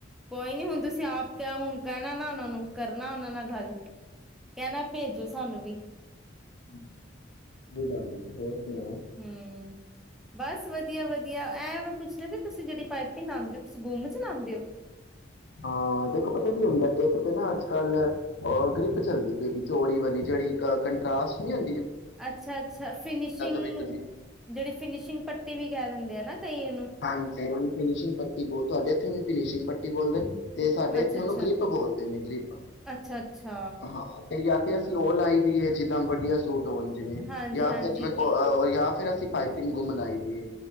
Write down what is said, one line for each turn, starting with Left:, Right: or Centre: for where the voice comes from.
Centre: ਕੋਈ ਨੀ ਹੁਣ ਤੁਸੀਂ ਆਪ ਕੈ ਹੁਣ ਕੈਣਾ ਨਾ ਉਨਾਂ ਨੂੰ ਕਰਨਾ ਔਨਾਂ ਨਾਲ ਗੱਲ। ਕੈਣਾ ਭੇਜੋ ਸਾਨੂੰ ਵੀ।
Left: ਹਾਂਜੀ, ਕੋਈ ਗੱਲ ਨੀ ਜੀ ਹੋਰ। ਸੁਣਾਓ
Centre: ਹਮ। ਬਸ ਵਧੀਆ ਵਧੀਆ, ਐਂ ਮੈਂ ਪੁੱਛਣਾ ਸੀ ਤੁਸੀਂ ਜੇੜੀ ਪਾਈਪਿੰਨ ਲਾਂਦੇ ਪੇ ਸੀ, ਗੁੰਮ ਚ ਲਾਂਦੇ ਔ?
Left: ਹਾਂ, ਦੇਖੋ ਪਤੈ ਕੀ ਹੁੰਦੈ ਇੱਕ ਤੇ ਨਾ ਅੱਜ-ਕੱਲ ਅ ਗਰੀਪ ਚੱਲਦੀ ਪੇਗੀ। ਚੋੜੀ ਵਾਲੀ ਜੇੜੀ ਕ ਕੰਟਰਾਸਟ ਨੀ ਹੁੰ
Centre: ਅੱਛਾ ਅੱਛਾ, ਫਿਨਸ਼ਿੰਗ
Left: ਵਿਕਦੀ
Centre: ਜੇੜੀ ਫਿਨਸ਼ਿੰਗ ਪੱਟੀ ਵੀ ਕੈ ਦਿੰਦੇ ਐ ਨਾ ਕਈ ਉਹਨੂੰ
Left: ਹਾਂਜੀ, ਓਨੂੰ ਫਿਨੀਸ਼ਿੰਗ ਪੱਟੀ ਬੋ ਤੁਹਾਡੇ ਐਥੇ ਓਨੂੰ ਫਿਨਸ਼ਿੰਗ ਪੱਟੀ ਬੋਲਦੇ ਨੇ, ਤੇ ਸਾਡੇ
Centre: ਅੱਛਾ-ਅੱਛਾ,
Left: ਐਥੇ ਓਨੂੰ ਗ੍ਰਿਪ ਬੋਲਦੇ ਨੇ ਗ੍ਰਿਪ,
Centre: ਅੱਛਾ-ਅੱਛਾ।
Left: ਹਾਂ। ਤੇ ਯਾ ਤੇ ਅਸੀਂ ਔ ਲਾਈ ਦੀ ਏ ਜਿੱਦਾਂ ਵਧੀਆ ਸੂਟ ਹੋਣ ਜਿਵੇਂ
Centre: ਹਾਂਜੀ-ਹਾਂਜੀ
Left: ਯਾ ਫੇਰ ਜਿਵੇਂ
Centre: ਕੀ
Left: ਕ ਅ ਅ ਯਾ ਫੇਰ ਅਸੀਂ ਪਾਈਪਿੰਨ ਗੁੰਮ ਲਾਈ ਦੀ ਏ।